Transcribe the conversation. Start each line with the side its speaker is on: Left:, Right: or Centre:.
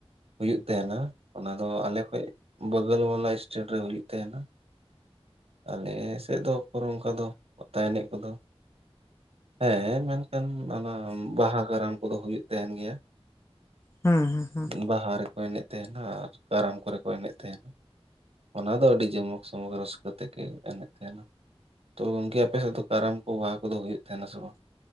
Right: ᱦᱩᱭᱩᱜ ᱛᱟᱦᱮᱸᱱᱟ ᱚᱱᱟ ᱫᱚ ᱟᱞᱮ ᱠᱷᱚᱡ ᱵᱟᱹᱜᱚᱞ ᱵᱟᱞᱟ ᱥᱴᱮᱴ ᱨᱮ ᱦᱩᱭᱩᱜ ᱛᱟᱦᱮᱸᱱᱟ᱾ ᱟᱞᱮ ᱥᱮᱫ ᱫᱚ ᱩᱠᱩᱨ ᱚᱱᱠᱟ ᱫᱚ ᱯᱟᱛᱟ ᱮᱱᱮᱡ ᱠᱚᱫᱚ ᱦᱮᱸ, ᱢᱮᱱᱠᱷᱟᱱ ᱚᱱᱟ ᱵᱟᱦᱟ ᱠᱟᱨᱟᱢ ᱠᱚᱫᱚ ᱦᱩᱭᱩᱜ ᱛᱟᱦᱮᱱ ᱜᱮᱭᱟ᱾
Left: ᱦᱮᱸ, ᱦᱮᱸ ᱦᱮᱸ᱾
Right: ᱵᱟᱦᱟ ᱨᱮᱠᱚ ᱮᱱᱮᱡ ᱛᱟᱦᱮᱱᱟ ᱟᱨ ᱠᱟᱨᱟᱢ ᱠᱚᱨᱮ ᱠᱚ ᱮᱱᱮᱡ ᱛᱟᱦᱮᱱᱟ᱾ ᱚᱱᱟ ᱫᱚ ᱟᱹᱰᱤ ᱡᱚᱢᱚᱠ ᱥᱚᱢᱚᱠ ᱨᱟᱹᱥ ᱠᱚᱛᱮᱠ ᱮᱱᱮᱫ ᱛᱟᱦᱮᱱᱟ, ᱛᱚ ᱜᱚᱢᱠᱮ ᱟᱯᱮ ᱥᱮᱫ ᱫᱚ ᱠᱟᱨᱟᱢ ᱠᱚ ᱵᱟᱦᱟ ᱠᱚᱫᱚ ᱦᱩᱭᱩᱜ ᱛᱟᱦᱮᱱᱟ ᱥᱮ ᱵᱟᱝ?